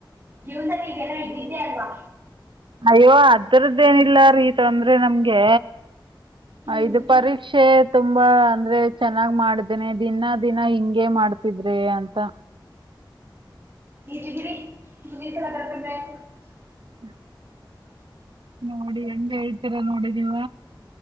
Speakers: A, on the right; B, on the right.
A: ಜೀವನದಲ್ಲಿ ಇದೆಲ್ಲಾ ಇದ್ದಿದ್ದೆ ಅಲ್ವಾ?
B: ಅಯ್ಯೋ ಅದ್ರದ್ದೇನಿಲ್ಲ ರೀತ ಅಂದ್ರೆ ನಮ್ಗೆ
A: ಹ್ಮ್
B: ಇದು ಪರೀಕ್ಷೆ ತುಂಬಾ ಅಂದ್ರೆ ಚೆನ್ನಾಗ್ ಮಾಡಿದ್ದೇನೆ ದಿನ ದಿನಾ ಹಿಂಗಗೆ ಮಾಡ್ತಿದ್ರೆ ಅಂತ
A: ಇದು ಬಿಡಿ <inaudible>
B: ಹ್ಮ ನೋಡಿ ಎಂತ ಹೇಳ್ತೀರಾ ನೋಡಿ ನೀವ